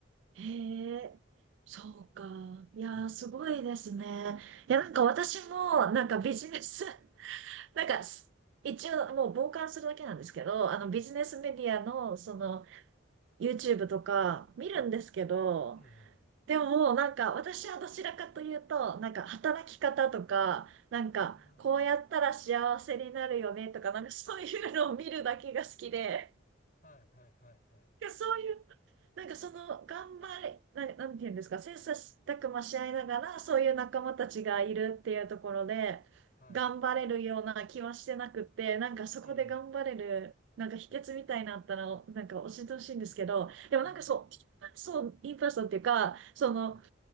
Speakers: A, on the right; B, on the left.
A: へえ、そうか。いやー、
B: はい。
A: すごいですね。いや、
B: <laughs>
A: なんか私も、なんかビジネス、
B: うん。
A: <laughs> なんかす、一応もう傍観するだけなんですけど、あのビジネスメディアの、
B: ね。
A: その、YouTube とか見るんですけど、
B: はい。ええ。
A: でも、なんか、私はどちらかというと、なんか、働き方とか、なんか、
B: ああ。
A: こうやったら幸せになるよねとか、なんか、そういうのを見るだけが好きで、
B: はい、はい、はい、はい。
A: なんかそういう、なんか、その、頑張れ、なんなんていうんですか、切磋琢磨し合いながら、そういう仲間たちがいるっていうところで、
B: はい。
A: 頑張れるような気はしてなくって、なんか、そこで頑張れる、
B: ええ。
A: なんか、秘訣みたいなのあったら、なんか、教えてほしいんですけど、でもなんかそう、
B: ああ。
A: そう、インパーソンっていうか、その、
B: ね。